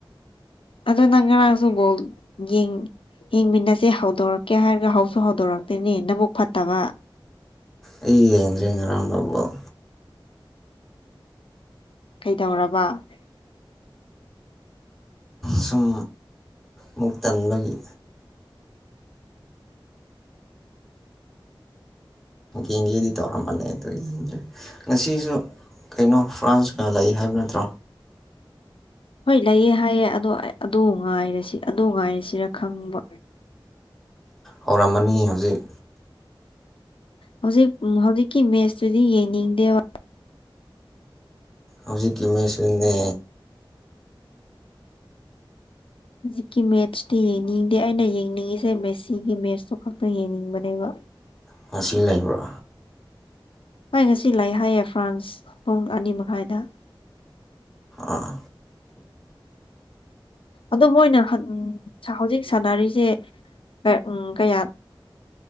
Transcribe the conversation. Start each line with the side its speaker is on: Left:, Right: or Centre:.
Left: ꯑꯗꯣ ꯅꯪ ꯉꯔꯥꯡꯁꯨ ꯕꯣꯜ ꯌꯦꯡ ꯌꯦꯡꯃꯤꯟꯅꯁꯦ ꯍꯧꯗꯣꯔꯛꯀꯦ ꯍꯥꯏꯔꯒ ꯍꯧꯁꯨ ꯍꯧꯗꯣꯔꯛꯇꯦꯅꯦ ꯅꯕꯨꯛ ꯐꯠꯇꯕ꯫
Centre: ꯑꯩ ꯌꯦꯡꯗ꯭ꯔꯦ ꯉꯔꯥꯡ <unintelligible> ꯕꯣꯜ꯫
Left: ꯗꯧꯔꯕ꯫
Centre: ꯁꯨꯝ ꯃꯨꯛ ꯇꯟꯕꯒꯤ꯫ ꯌꯦꯡꯒꯦꯗꯤ ꯇꯧꯔꯝꯕꯅꯦ ꯑꯗꯣ ꯌꯦꯡꯗ꯭ꯔꯦ ꯉꯁꯤꯁꯨ ꯀꯩꯅꯣ ꯐ꯭ꯔꯥꯟꯁꯀ ꯂꯩ ꯍꯥꯏꯕ ꯅꯠꯇ꯭ꯔꯣ꯫
Left: ꯍꯣꯏ ꯂꯩꯑꯦ ꯍꯥꯏꯌꯦ ꯑꯗꯣ ꯑꯦ ꯑꯗꯨ ꯉꯥꯏꯔꯁꯤ ꯑꯗꯨ ꯉꯥꯏꯔꯁꯤꯔ ꯈꯪꯕ꯫
Centre: ꯍꯧꯔꯝꯃꯅꯤ ꯍꯧꯖꯤꯛ꯫
Left: ꯍꯧꯖꯤꯛ ꯍꯧꯖꯤꯛꯀꯤ ꯃꯦꯁꯇꯨꯗꯤ ꯌꯦꯡꯅꯤꯡꯗꯦꯕ꯫
Centre: ꯍꯧꯛꯀꯤ ꯃꯦꯁꯤꯅꯦ꯫
Left: ꯍꯧꯖꯤꯛꯀꯤ ꯃꯦꯠꯁꯇꯤ ꯌꯦꯡꯅꯤꯡꯗꯦ ꯑꯩꯅ ꯌꯦꯡꯅꯤꯡꯉꯤꯁꯦ ꯃꯦꯁꯤꯒꯤ ꯃꯦꯠꯁꯇꯣ ꯈꯛꯇꯪ ꯌꯦꯡꯅꯤꯡꯕꯅꯦꯕ꯫
Centre: ꯉꯁꯤ ꯂꯩꯕ꯭ꯔꯥ
Left: ꯍꯣꯏ ꯉꯁꯤ ꯂꯩ ꯍꯥꯏꯌꯦ ꯐ꯭ꯔꯥꯟꯁ ꯄꯨꯡ ꯑꯅꯤ ꯃꯈꯥꯏꯗ
Centre: ꯑꯥ
Left: ꯑꯗꯨ ꯃꯣꯏꯅ ꯍꯥꯟ ꯍꯧꯖꯤꯛ ꯁꯥꯟꯅꯔꯤꯁꯦ ꯎ ꯀꯌꯥ